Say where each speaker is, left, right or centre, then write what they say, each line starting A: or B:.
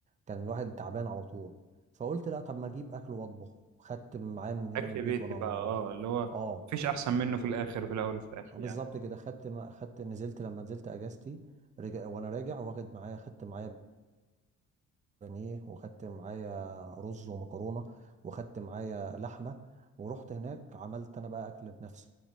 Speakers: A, on the right; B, on the right.
A: كان الواحد تعبان على طول فقلت لا طب ما اجيب اكل واطبخ خدت معايا من هنا
B: اكل
A: من البيت
B: بيتي
A: وانا
B: بقى
A: م-
B: اه اللي هو
A: اه
B: مفيش احسن منه في الاخر وفي الاول وفي الاخر
A: بالظبط
B: يعني
A: كده خدت ما خدت نزلت لما نزلت اجازتي رجع وانا راجع واخد معايا خدت معايا بانيه وخدت معايا رز ومكرونه وخدت معايا لحمه ورحت هناك عملت انا بقى اكل بنفسي